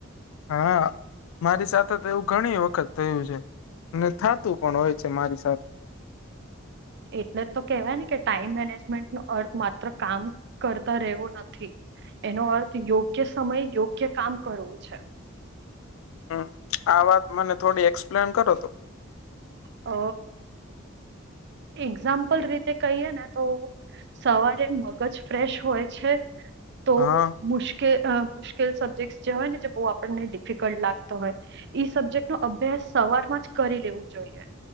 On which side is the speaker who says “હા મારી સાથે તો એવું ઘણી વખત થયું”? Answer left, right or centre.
Left